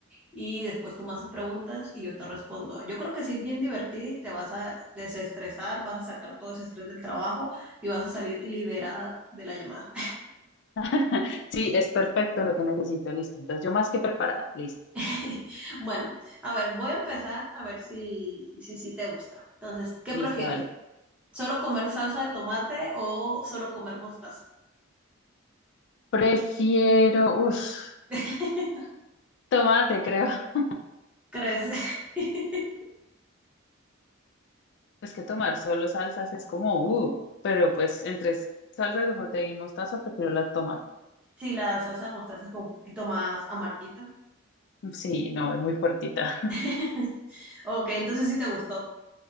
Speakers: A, in the centre; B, on the left.
A: y después tú me haces preguntas y yo te respondo. Yo creo que sí es bien divertido y te vas a desestresar, vas a sacar todo ese estrés del trabajo y vas a salir liberada de la llamada.
B: <laughs> Sí, es perfecto lo que necesito, listo. Entonces yo más que preparada, listo,
A: <laughs> Bueno, a ver, voy a empezar a ver si, si, si te gusta. Entonces, ¿qué
B: listo,
A: prefieres?
B: dale.
A: ¿Solo comer salsa de tomate o solo comer mostaza?
B: Prefiero, uff,
A: <laughs>
B: tomate, creo. <laughs>
A: Crece. <laughs>
B: Es que tomar solo salsas es como, uh, pero pues entre s- salsa de tomate y mostaza prefiero la tomate.
A: Si la salsa de mostaza es como un poquito más amarguita.
B: Sí, no, es muy fuertita. <laughs>
A: <laughs> Ok, entonces sí te gustó.